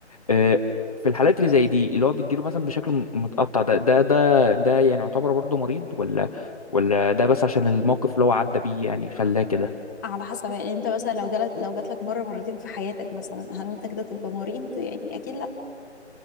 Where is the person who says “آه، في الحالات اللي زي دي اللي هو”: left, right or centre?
Left